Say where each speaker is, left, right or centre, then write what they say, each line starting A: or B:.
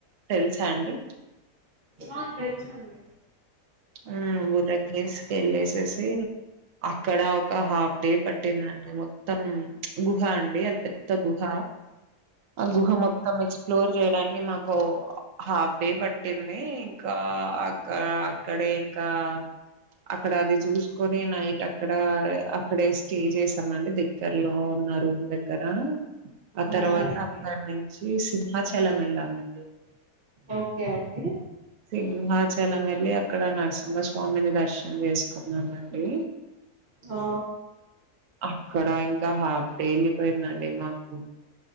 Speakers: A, on the right; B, on the right.
A: తెలుసా అండి
B: అ తెల్ససండి
A: హు బుర్ర కేస్ క వెళ్ళేసేసి అక్కడ ఒక హాఫ్ డే పట్టిందండి మొత్తం గుహ అండి అది పెద్ద గుహ ఆ గుహ మొత్తం ఎక్స్ప్లోర్ చేయడానికి మాకు హాఫ్ డే పట్టింది ఇంకా అక్క క్కడే ఇంకా అక్కడ అది చూసుకొని నైట్ అక్కడ అక్కడే స్టే చేసామండి దగ్గరలో ఉన్న రూమ్ దగ్గర ఆ
B: అవునా
A: తర్వాత
B: అండి
A: అక్కడి నుంచి సి అరుణాచలం వెళ్ళామండి
B: ఓకే అండి.
A: సింహాచలం వెళ్లి అక్కడ నరసింహస్వామిని దర్శనం చేసుకున్నామండి.
B: ఓ
A: అక్కడ ఇంకా హాఫ్ డే ఎల్లిపోయిందండి మాకు.